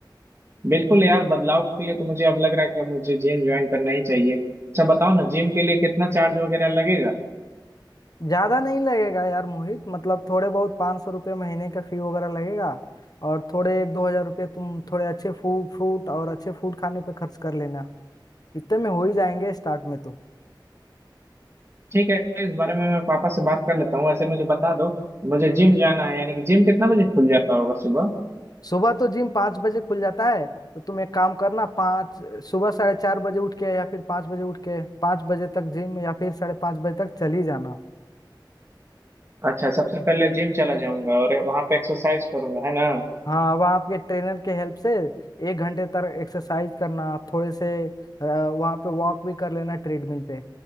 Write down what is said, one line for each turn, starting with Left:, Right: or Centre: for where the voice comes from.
Right: बिल्कुल यार बदलाव के लिए तो मुझे अब लग रहा है कि मुझे जिम ज्वाइन करना ही चाहिए अच्छा बताओ ना जिम के लिए कितना चार्ज वगैरह लगेगा
Left: ज्यादा नहीं लगेगा यार मोहित मतलब थोड़े बहुत पाँच सौ रुपये महीने का फी वगैरह लगेगा और थोड़े एक दो हजार रुपये तुम थोड़े अच्छे फूड फ्रूट और अच्छे फूड खाने पे खर्च कर लेना इतने में हो ही जाएंगे स्टार्ट में तो
Right: ठीक है इस बारे में मैं पापा से बात कर लेता हूँ वैसे मुझे बता दो मुझे जिम जाना है यानी कि जिम कितना बजे खुल जाता होगा सुबह
Left: सुबह तो जिम पाँच बजे खुल जाता है तो तुम एक काम करना पाँच सुबह साढ़े चार बजे उठ के या फिर पाँच बजे उठ के पाँच बजे तक जिम या फिर साढ़े पाँच बजे तक चली जाना
Right: अच्छा सबसे पहले जिम चला जाऊंगा और वहां पे एक्सरसाइज करूंगा है ना
Left: हाँ वहाँ आपके ट्रेनर के हेल्प से एक घंटे तक एक्सरसाइज करना थोड़े से अ, वहाँ पे वॉक भी कर लेना ट्रेडमिल पे